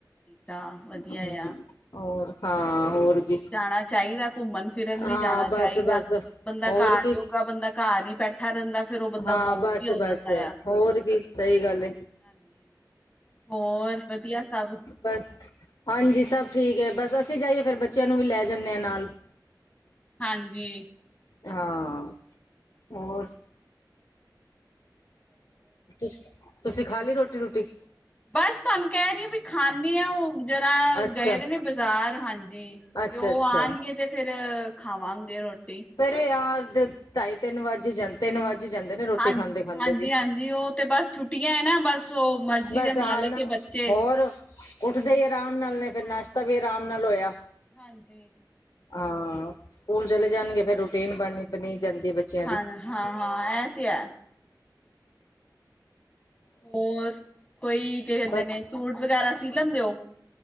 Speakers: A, on the left (about 20°); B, on the left (about 65°).
A: ਦਾ ਵਧੀਆ
B: ਹੂੰ।
A: ਆ,
B: ਹੋਰ ਹਾਂ ਹੋਰ ਕੀ
A: ਜਾਣਾ ਚਾਹੀਦਾ। ਘੁੰਮਣ ਫਿਰਨ,
B: ਹਾਂ
A: ਵੀ ਜਾਣਾ
B: ਬਸ
A: ਚਾਹੀਦਾ
B: ਬਸ
A: ਬੰਦਾ,
B: ਹੋਰ
A: ਘਰ
B: ਕੀ
A: ਜੋਗਾ, ਬੰਦਾ ਘਰ ਹੀ ਬੈਠਾ ਰਹਿੰਦਾ। ਫਿਰ ਉਹ ਬੰਦਾ
B: ਹਾਂ
A: ਬੋਰ,
B: ਬਸ
A: ਵੀ ਆ
B: ਬਸ
A: ਜਾਂਦਾ। ਹਾਂਜੀ
B: ਹੋਰ ਕੀ ਸਹੀ ਗੱਲ ਏ
A: ਹਾਂਜੀ। ਹੋਰ ਵਧੀਆ? ਸਭ
B: ਬਸ, ਹਾਂਜੀ ਸਭ ਠੀਕ ਹੈ। ਬ, ਸ ਅਸੀਂ ਜਾਈਏ, ਫੇਿਰ ਬੱਚਿਆਂ ਨੂੰ ਵੀ ਲੈ ਜਾਂਨੇ ਹਾਂ ਨਾਲ।
A: ਹਾਂਜੀ।
B: ਹਾਂ
A: ਹੂੰ,
B: ਹੋਰ ਤੁਸ ਤੁਸੀਂ ਖਾ ਲਈ ਰੋਟੀ- ਰੂਟੀ।
A: ਬਸ ਤੁਹਾਨੂੰ ਕਹਿ ਰਹੀ ਵੀ ਖਾਂਨੇ ਆਂ, ਉਹ ਜਰਾ
B: ਅੱਛਾ
A: ਗਏ ਦੇ ਨੇ ਬਾਜ਼ਾਰ ਹਾਂਜੀ। ਜੀ
B: ਅੱਛਾ
A: ਤੇ ਉਹ
B: ਅੱਛਾ।
A: ਆਣ ਤੇ ਫੇਰ ਖਾਵਾਂਗੇ ਰੋਟੀ।
B: ਫੇਰ ਵੀ ਆਰ ਦੇ ਢਾਈ ਤਿੰਨ ਵੱਜ ਜਾਂ ਤਿੰਨ ਵੱਜ ਹੀ ਜਾਂਦੇ ਨੇ ਰੋਟੀ
A: ਹਾਂਜੀ-
B: ਖਾਂਦੇ ਖਾਂਦੇ
A: ਹਾਂਜੀ
B: ਵੀ।
A: -ਹਾਂਜੀ ਉਹ ਤੇ ਬਸ ਛੁੱ ਛੁੱਟੀਆਂ ਐ ਨਾ ਬਸ ਉਹ ਮਰਜ਼ੀ
B: ਬਸ
A: ਦੇ
B: ਹਨ
A: ਮਾਲਕ ਏ ਬੱਚੇ।
B: ਹੋਰ ਉੱਠਦੇ ਹੀ ਆਰਾਮ ਨਾਲ ਨੇ, ਫਿਰ
A: ਹਾਂਜੀ
B: ਨਾਸ਼ਤਾ ਵੀ ਆਰਾਮ ਨਾਲ ਹੋਇਆ
A: ਹਾਂਜੀ
B: ਹਾਂ। ਸਕੂਲ ਚਲੇ ਜਾਣਗੇ, ਫੇਰ ਰੂਟੀਨ ਬਣ ਬਣੀ। ਜਾਂਦੀ ਐ ਬੱਚਿਆਂ
A: ਹਾਂ
B: ਦੀ।
A: ਹਾਂ ਹਾਂ ਇਹ ਤੇ ਹੈ। ਹੋਰ ਕੋਈ ਕੀ ਕਹਿੰਦੇ
B: ਬਸ
A: ਨੇ ਸੂਟ ਵਗੈਰਾ ਸੀਅ ਲੈਂਦੇ ਹੋ।